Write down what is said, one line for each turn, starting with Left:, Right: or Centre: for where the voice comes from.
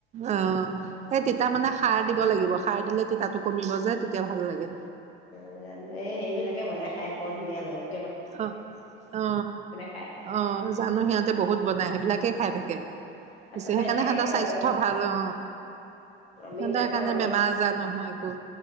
Right: অ সেই তিতা মানে সাৰ দিব লাগিব খাৰ দিলে তিতাতো কমিব যে তেতিয়া ভাল লাগে
Left: এই জানো এই হেৰি বিলাকে বনাই খাই বৰ ধুনীয়া অলপ-
Right: অ অ
Left: খাই
Right: অহ জানো সিহঁতে বহুত বনাই সেইবিলাকে খাই থাকে
Left: আচলতে
Right: সেইকাৰণে
Left: সেইবিলাকে
Right: সিহঁতৰ
Left: খাব
Right: স্বাস্থ্য
Left: লাগে
Right: ভাল অ
Left: আমি
Right: সিহঁতৰ
Left: নাখাওঁ
Right: সেইকাৰণে
Left: আমি
Right: বেমাৰ আজাৰ নহয় একো